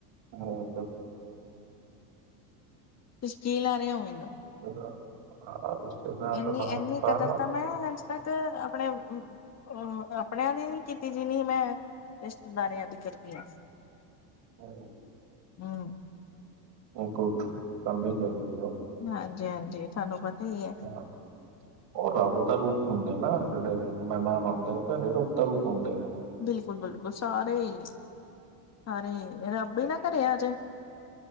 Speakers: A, on the right; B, on the left.
A: ਹੈ ਇਧਰ
B: ਤੁਸੀ ਕੀ ਲਾ ਰਹੇ ਹੋ ਮੈਨੂੰ
A: <unintelligible>
B: ਇਨੀਂ
A: ਤੁਹਾਨੂੰ
B: ਇੰਨੀ
A: ਪਤਾ
B: ਕਦਰ
A: ਨਾ
B: ਤਾਂ ਮੈਂ ਅੱਜ ਤੱਕ ਆਪਣੇ। ਉਹ ਆਪਣਿਆਂ ਦੀ ਨੀ ਕੀਤੀ ਜਿਨੀ ਮੈਂ, ਰਿਸ਼ਤੇਦਾਰਿਆਂ ਦੀ ਕਰਦੀ ਹਾਂ।
A: ਹੂੰ-ਹੂੰ।
B: ਹੂੰ।
A: ਉਹ ਕੋ ਉਠ ਕਰਨੇ ਜਾਈਦੀ ਆ।
B: ਹਾਂਜੀ- ਹਾਂਜੀ, ਤੁਹਾਨੂੰ ਪਤਾ ਹੀ ਹੈ।
A: ਹਾਂ, ਉਹ ਰੱਬ ਦਾ ਰੂਪ ਹੁੰਦੇ ਨਾ ਜਿਹੜੇ ਮਹਿਮਾਨ ਆਉਂਦੇ ਆ ਘਰੇ ਰੁੱਬ ਦਾ ਰੂਪ ਹੁੰਦੇ ਆ ਉਹ।
B: ਬਿਲਕੁਲ- ਬਿਲਕੁਲ ਸਾਰੇ, ਸਾਰੇ ਰੱਬ ਹੀ ਨਾ ਘਰੇ ਆਜੇ।